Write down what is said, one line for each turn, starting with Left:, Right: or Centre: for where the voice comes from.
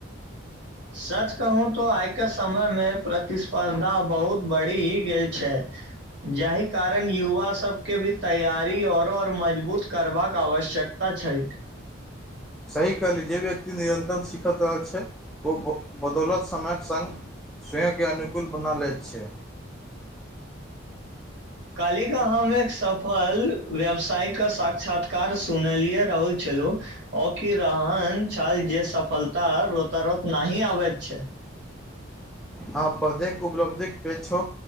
Right: सच कहू तो आई के समय मे प्रतिस्पर्धा बहुत बढ़ी गेल छै जाहि कारण युवा सभ के भी तैयारी आओर आओर मजबूत करबाक आवश्यक अच्छा <unintelligible>
Centre: सही कहली जे व्यक्ति नियन्त्रण सीखैत रहल छै ओ बदौलत समयक सङ्ग स्वयं के अनुकूल बना लैत छै
Right: काल्हि के हम एक सफल व्यवसायके साक्षात्कार सुनलियए रहु छलहुँ औकी रहन छल जे सफलता रोतऽ रोत नही आबैत छै
Centre: हँ प्रत्येक उपलब्धिक पेघ छो